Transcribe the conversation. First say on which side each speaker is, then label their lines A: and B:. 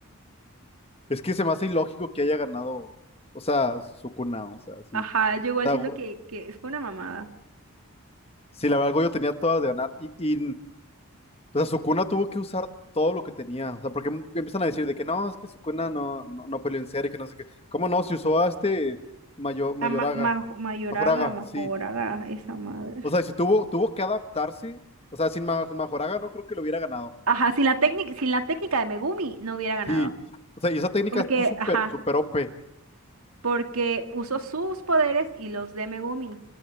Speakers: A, on the left (about 25°); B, on the right (about 80°).
A: es que se me hace ilógico que haya ganado, o sea, Sukuna, o sea, sí.
B: Ajá, yo igual
A: O sea,
B: siento
A: go-
B: que, que fue una mamada.
A: Sí, la verdad, yo tenía todas de ganar. Y, y O sea, Sukuna tuvo que usar todo lo que tenía. O sea, porque m- empiezan a decir de que no, es que Sukuna no, no, no peleó en serio, que no sé qué. ¿Cómo no? Si usó a este Mayo- Mayoraga.
B: A ma- ma- Mayoraga,
A: Majoraga,
B: Majoraga,
A: sí.
B: esa madre.
A: O sea, si tuvo, tuvo que adaptarse. O sea, sin Ma- Majoraga no creo que lo hubiera ganado.
B: Ajá, sin la técnica, sin la técnica de Megumi no hubiera ganado.
A: Sí. O sea, y esa técnica
B: Porque,
A: tú super,
B: ajá,
A: super OP.
B: porque usó sus poderes y los de Megumi.